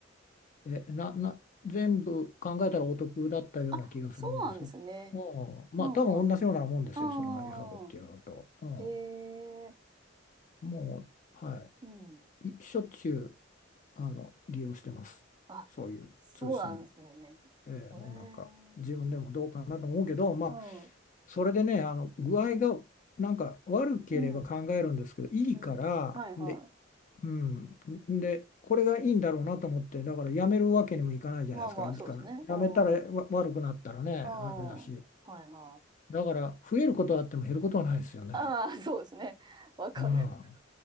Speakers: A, on the left; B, on the right.
A: え、な、な、全部考えたらお得だったような気がするんです。
B: あ、そうなんですね。
A: うん、まあ、
B: うん、
A: 多分同じようなもんですよ、
B: はい。あ
A: そのアイハブっていうのと。
B: あ、
A: うん、
B: ええ
A: もう、は
B: うん。
A: い。いしょっちゅう、あの、利用してます。
B: あ、
A: そういう通信。
B: そうなんですね。
A: えーもうなんか自分でもどうかなと思うけど、
B: ええ
A: まあ、
B: うん、
A: それでね、あの具合がなんか悪ければ考えるんですけど、
B: うん、
A: いいから、
B: うん。はい、はい。
A: で、うん、で、これがいいんだろうなと思って、だからやめるわけにもいかないじゃないですか、
B: まあまあ、
A: いいから。
B: そうですね。
A: やめたらわ悪くなったらね、
B: うん。うん。は
A: あれだし、
B: いはい。
A: だから増えることはあっても減ることはないですよね。
B: ああ、そうですね。わかる。
A: うん、
B: <laughs>